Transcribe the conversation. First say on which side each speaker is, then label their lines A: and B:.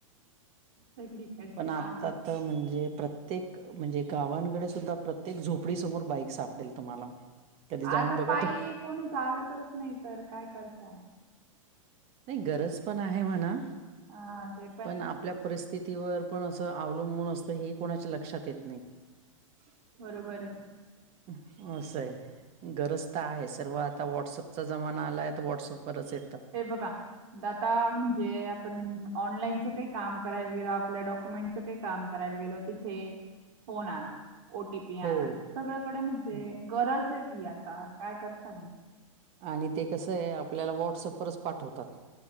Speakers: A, on the right (about 65°); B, on the right (about 35°).
A: सगडीकडे
B: पण आता
A: आहे.
B: म्हणजे प्रत्येक, म्हणजे गावांकडे सुद्धा, प्रत्येक झोपडी समोर बाइक् सा सापडेल. तुम्हाला. कधी जाऊन
A: आता
B: बघा
A: पायी
B: तुम्ही
A: कोणी चालतच नाही. तर काय करशाल.
B: नाही गरज पण आहे म्हणा
A: हा ते
B: पण आपल्या परिस्थितीवर पण असं अवलंबून असतं हे कोणाच्या लक्षात येत नाही. ह
A: बरोबर ये
B: अ गरज तर आहे सर्व आता व्हॉट्सअपचा जमाना आलाय तर व्हॉट्सअपवरच येतं.
A: हे बघा द आता म्हणजे आपण ऑनलाईनचं काही काम करायला गेलो आपल्या डॉ. मेंट च काही काम करायला गेलो तिथे फोन आणा. ओटीपी
B: हो
A: आना सगळ्याकडे म्हणजे
B: हो
A: गरज आहे ती आता काय करता.
B: आणि ते कसं आहे आपल्याला व्हॉटसअपवरच पाठवतात.